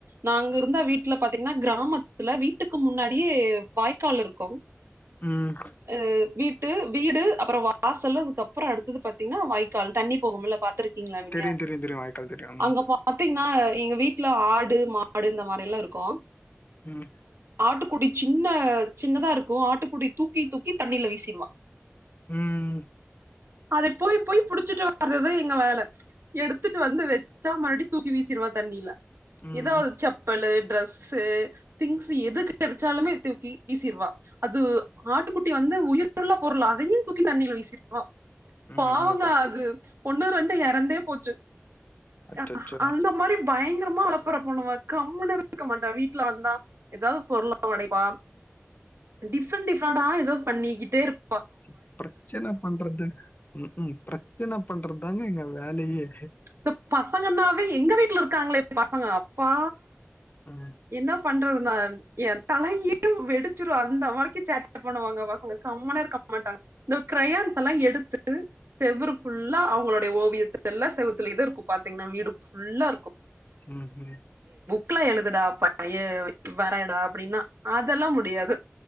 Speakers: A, on the right; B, on the left.
A: நாங்கருந்த வீட்ல பாத்தீங்னா கிராமத்துல வீட்டுக்கு முன்னாடியே வாய்க் கால் இருக்கூ
B: ம்
A: ஆ வீட் டு வீடு அப்றோ வாசலு அதுக்கப்றோ அடுத்தது பாத்தீங்னா வாய்க்கால் தண்ணி போகும்ல பாத்திருக் கீங்ளா நீங்க
B: தெரியும் தெரியும் தெரியும் வாய்க்கால் தெரியும்
A: அங்க பாத்தீங் ஆ எங்க வீட்ல ஆடு மாடு இந்த மாரி எல்லா இருக்கூ
B: ம்
A: ஆட்டுக்குடி சின்ன சின்னதா இருக்கூ ஆட்டுக்குடி தூக்கி தூக்கி தண்ணில வீசிருவா
B: ம்
A: அத போய் போய் புடிச்சிட்டு வர்றதா எங்க வேல எடுத்துட்டு வந்து வச்சா மறுபடி தூக்கி வீஸ் சிருவா தண்ணில
B: ம்
A: எதாவு செப்பலு ட்ரெஸ்ஸு திங்ஸு எது கெடைச்சாலுமே தூக்கி வீசிருவா அது ஆட்டுக்குட்டி வந்து உயிருள்ள பொருள் அதையு தூக்கி தண்ணில வீசிருவா
B: ம்
A: பாவோங்க
B: என்னப்பா
A: அது ஒன்னு ரெண்டு எறந்தே போச்சு
B: அச்சோ
A: அ அந்த மாரி பயங்கரமா அலப்பர பண்ணுவா கம்முனு இருக்க மாட்டா வீட்டுலார்ந்தா ஏதாவ்து பொருள ஒடைப்பா டிஃபெண்ட் டிஃபாடா எதோ பண்ணிக்கிட்டேருப்
B: சுப்ரச்சன பண்றது ம் ம் ப்ரச்சன பண்றத்தாங்க எங்க வேலையே
A: பப் பசங்கனாவே எங்க வீட்ல இருக்காங்களே பசங்க அப்பா
B: ம்
A: என்னப் பண்றது நான் ஏந்தலையே வெடிச்சிடூ அந்த வரைக்கூ சேட் பண்ணுவாங்க பசங்க கம்மனுர்க்க மாட்டா இந்த கிரையான்ஸ் எல்லா எடுத்து செவ்ரு ஃபுல்லா அவங்களுடைய ஓவியத்து எல்லா செவுத்லேதா இருக்கூ பாத்தீங்னா வீடு ஃபுல்லா இருக்கூ
B: ம் ம்
A: க்ல எழுதுடா ப ஏ வரடா அப்டின்னா அதெல்லா முடியாது